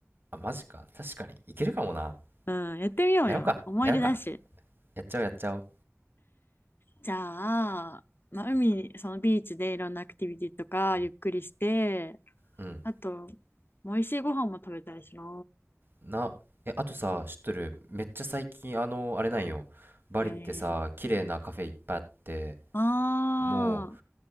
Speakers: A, on the right; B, on the left.
A: あ、マジか。確かに。いけるかもな。
B: うん、やってみようよ。
A: やろうか。
B: 思い出だし。
A: やろうか。やっちゃおうやっちゃおう。
B: じゃあ、まあ、海に、そのビーチでいろんなアクティビティとかゆっくりして、
A: うん。
B: あと、美味しいご飯も食べたいしな。
A: な、え、あとさ、知っとる。めっちゃ最近、あの、あれなんよ。バリってさ、
B: ええ
A: 綺麗なカフェいっぱいあって、
B: あ
A: も